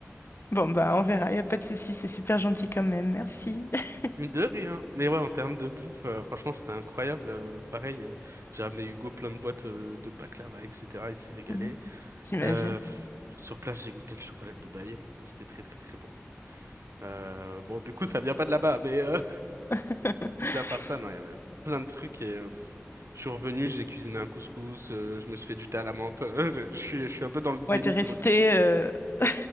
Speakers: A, on the left (about 55°); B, on the right (about 75°).
A: Bon, bah, on verra, il n'y a pas de souci, c'est super gentil quand même, merci. <laughs>
B: De rien. Mais ouais, en termes de bouffe, euh, franchement, c'était incroyable. Euh, pareil, euh, j'ai ramené Hugo plein de boîtes euh, de baklava, etc. Il s'est régalé.
A: Mhm, J'imagine.
B: Euh, pff, sur place, j'ai goûté le chocolat de Dubaï et c'était très, très, très bon. Euh, bon, du coup, ça vient pas de là-bas, mais. euh,
A: <laughs>
B: Mis à part ça, non, il y avait plein de trucs et euh, pff, je suis revenu, j'ai cuisiné un couscous, euh, je me suis fait du thé à la menthe. <laughs> je suis, je suis un peu dans le
A: Ouais,
B: déni
A: t'es resté
B: du retour,
A: euh, <laughs>